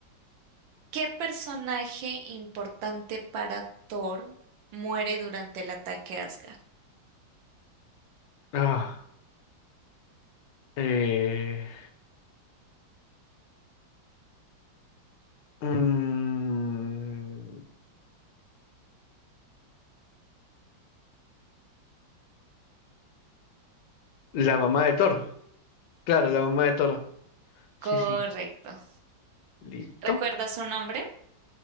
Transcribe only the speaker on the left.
Ah, eh, mm, la mamá de Thor. Claro, la mamá de Thor.
Sí, sí. Listo.